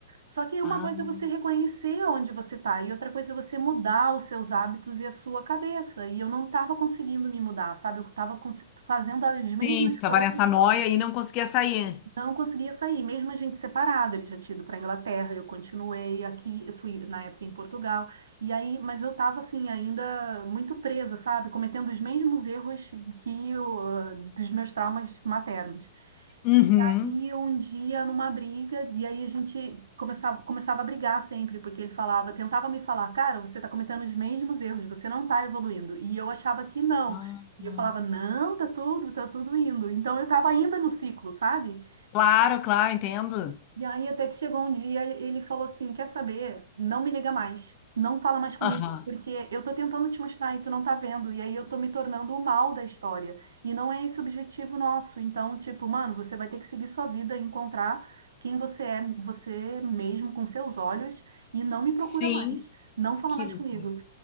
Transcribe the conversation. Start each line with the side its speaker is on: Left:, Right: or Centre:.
Right: Só que uma
Left: ah,
Right: coisa é você reconhecer onde você está, e outra coisa é você mudar os seus hábitos e a sua cabeça. E eu não estava conseguindo me mudar, sabe? Eu estava fazendo as
Left: sim,
Right: mesmas
Left: tu tava
Right: coisas
Left: nessa noia e não conseguia sair.
Right: não conseguia sair, mesmo a gente separado, ele já tinha ido para Inglaterra, eu continuei aqui, eu fui na época em Portugal. E aí, mas eu estava assim ainda muito presa, sabe, cometendo os mesmos erros que eu, ah, dos meus traumas maternos.
Left: Uhum.
Right: E aí, um dia, numa briga, e aí a gente começava, começava a brigar sempre, porque ele falava, tentava me falar, cara, você está cometendo os mesmos erros, você não está evoluindo. E eu achava que não.
Left: Ah,
Right: E
Left: ah.
Right: eu falava, não, tá tudo, tá tudo indo. Então eu estava ainda no ciclo, sabe?
Left: claro, claro, entendo.
Right: E aí até que chegou um dia, ele falou assim: Quer saber? Não me liga mais. Não fala mais comigo,
Left: Aham.
Right: porque eu tô tentando te mostrar e tu não tá vendo. E aí eu tô me tornando o mal da história. E não é esse o objetivo nosso. Então, tipo, mano, você vai ter que seguir sua vida, e encontrar quem você é, você mesmo, com seus olhos, e não me procura
Left: Sim,
Right: mais. Não fala
Left: que
Right: mais
Left: loucura.
Right: comigo.